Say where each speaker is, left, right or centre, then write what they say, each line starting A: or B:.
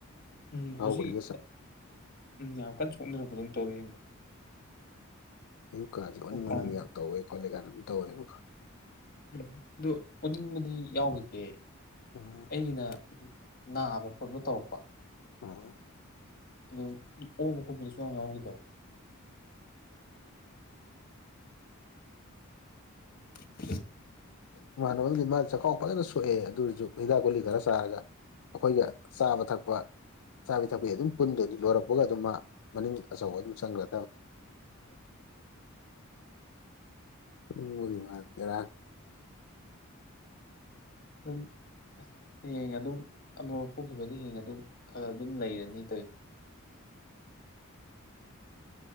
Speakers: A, on the left (about 45°); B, on the left (about 80°).
A: ꯎꯝ
B: ꯆꯥꯛꯈꯥꯎ
A: ꯍꯧꯖꯤꯛ
B: ꯒꯨꯂꯤꯒ ꯆꯥ
A: ꯎꯝ ꯌꯥꯝ ꯀꯟꯅ ꯁꯣꯛꯅꯔꯛꯄꯗꯝ ꯇꯧꯔꯤ
B: ꯑꯌꯨꯛꯀꯥꯟꯥꯁꯦ ꯃꯅꯨꯡ
A: ꯃꯄꯥꯟ
B: ꯃꯅꯨꯡ ꯌꯥꯝ ꯇꯧꯋꯦ ꯈꯣꯠꯂꯦ ꯀꯥꯟꯅ ꯑꯗꯨ ꯇꯧꯋꯦꯕ
A: ꯎ ꯑꯗꯨ ꯑꯣꯅꯤꯡꯕꯗꯤ ꯌꯥꯎꯈꯤꯗꯦ
B: ꯎꯝ
A: ꯑꯒꯤꯩꯅ ꯅꯥꯕ ꯈꯣꯠꯄ ꯇꯧꯔꯛꯄ
B: ꯑ
A: ꯑꯗꯨ ꯑꯣꯕ ꯈꯣꯠꯄꯗꯨꯁꯨ ꯌꯥꯝ ꯉꯎꯈꯤꯗꯕ <unintelligible>
B: ꯏꯃꯥꯟꯅꯕ ꯑꯃꯗꯤ ꯃꯥ ꯆꯈꯥꯎ ꯐꯖꯅ ꯁꯣꯛꯑꯦ ꯑꯗꯨ ꯑꯣꯏꯔꯁꯨ ꯍꯤꯗꯥꯛ ꯒꯨꯂꯤ ꯈꯔ ꯆꯥꯔꯒ ꯑꯩꯈꯣꯏꯒ ꯆꯥꯕ ꯊꯛꯄ ꯑꯆꯥꯥꯕꯤ ꯊꯛꯄꯤ ꯑꯗꯨꯝ ꯄꯨꯟꯗꯣꯏꯅꯤ ꯂꯣꯏꯔꯛꯄꯒ ꯑꯗꯨꯝ ꯃꯥ ꯃꯅꯤꯡ ꯑꯆꯧꯕ ꯑꯗꯨꯝ ꯆꯪꯈ꯭ꯔ ꯇꯕꯅꯤ ꯄꯨꯒꯤ ꯃꯥꯗꯦꯔ
A: ꯎꯝ ꯁ ꯍꯌꯦꯡ ꯑꯗꯨꯝ ꯑꯃꯔꯣꯝ ꯊꯣꯛꯈꯤꯕꯗꯤ ꯍꯦꯡ ꯑꯗꯨꯝ ꯈꯔ ꯑꯗꯨꯝ ꯂꯩꯔꯅꯤ ꯇꯧꯔꯤ
B: <inaudible>